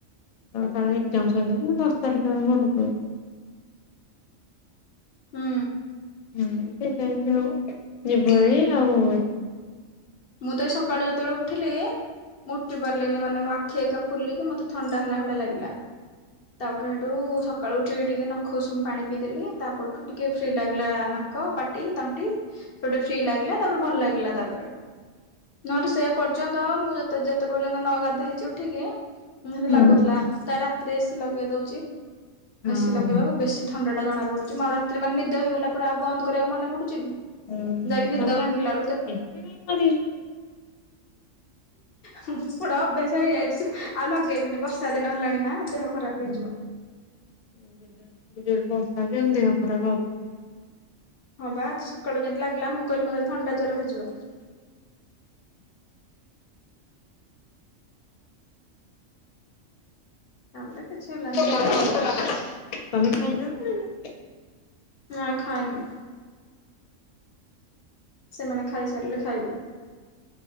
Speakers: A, on the left (about 75°); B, on the left (about 50°).
A: ଅ ତାର ଏକ୍ଜାମ ସରିଲା ଅ ଦଶ ତାରିଖ ଆ ଘରକୁ ପଳେଇବି।
B: ହୁଁ।
A: ହୁଁ ସେ ଆଉ ଯିବ ଆଉ <inaudible>
B: ମୁଁ ତ ଏଇ ସକାଳୁ ଯେତେବେଳେ ଉଠିଲି ମୁଁ ଉଠି ପାରିଲିନି ମାନେ ମୋ ଆଖି ଏକ ଖୁଲିକି ମତେ ଥଣ୍ଡା ହେଲା ଭଳିଆ ଲାଗିଲା ତାପରେ ସେଠୁ-ଉ-ଉ-ଉ ସ ସକାଳୁ ଉଠି ଟିକେ ନଖ ଉଷୁମ ପାଣି ପିଇଦେଲି ତାପରଠୁ ଟିକେ ଫ୍ରି ଲାଗିଲା ନାକ ପାଟି ତଣ୍ଟି। ସେଉଟେ ଫ୍ରି ଲାଗିଲା ତାପରେ ଭଲ ଲାଗିଲା ତାପରେ। ନହେଲେ ସେ ପର୍ଯ୍ୟନ୍ତ ମୁଁ ଯେ ଯେତେ ପର୍ଯ୍ୟନ୍ତ ନ ଗାଧୋଇ ହେଇଛି ଉଠିକି। ନିହାତି
A: ହୁଁ
B: ଲାଗୁଥିଲା ତା ରାତିରେ ଏସି ଲଗେଇ ଦଉଛି।
A: ହଁ
B: ଏସି ଲଗେଇବାକୁ
A: ହୁଁ
B: ବେଶୀ ଥଣ୍ଡା ଟା ଜଣା ପଡୁଛି ମୁଁ ଆଉ ରାତିରେ ମାନେ ନିଦ ହେଇଗଲା ପରେ ଆଉ ବନ୍ଦ କରିବାକୁ ମନେ ପଡୁଛି କି।
A: ହୁଁ
B: ଯାଇକି ନିଦ
A: ତମେ
B: ଭାଙ୍ଗିଲା
A: ଏସି
B: ବେଳୁ କେତେ
A: କାଇଁ ମାରିକି ସୋଉଛ।
B: ପୋଡ ଅଭ୍ୟାସ ହେଇଯାଇଛି ଆଉ ଲଗେଇ ବିନି ବର୍ଷା ଦିନ ହେଲାଣି ନା। ଦେହ ଖରାପ
A: ହୁଁ।
B: ହେଇଯିବ।
A: <inaudible> ଏଡ଼େ ଜୋରେ ବର୍ଷା ହଉଚି ମାନେ ଦେହ ଖରାପ ହେବ ହିଁ ହବ।
B: ହଁ ବା ଆଜି ସକାଳୁ ଯେମିତି ଲାଗିଲା ମୁଁ କହିଲି ମତେ ଥଣ୍ଡା ଜର ହେଇଯିବ। ତାପରେ କିଛି ହେଲାନି
A: ତମେ
B: ଏମିତି କମିଗଲା।
A: ଖାଇଲଣି କି ନାଁ।
B: ନାଇଁ ଖାଇନି। ସେମାନେ ଖାଇ ସାରିଲେ ଖାଇବୁ।